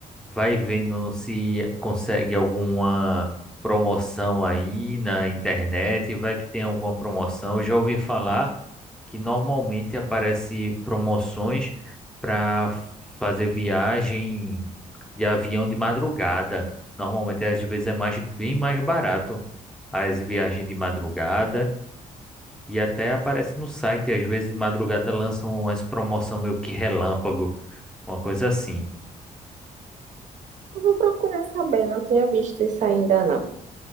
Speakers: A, in the centre; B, on the right.
A: vai vendo se consegue alguma promoção aí na internet, vai que tem alguma promoção. Eu já ouvi falar que normalmente aparece promoções para fazer viagem de avião de madrugada. Normalmente às vezes é mais bem mais barato as viagens de madrugada. E até aparece no site, às vezes de madrugada lançam umas promoção meio que relâmpago, uma coisa assim.
B: Eu vou procurar saber, não tinha visto isso ainda não.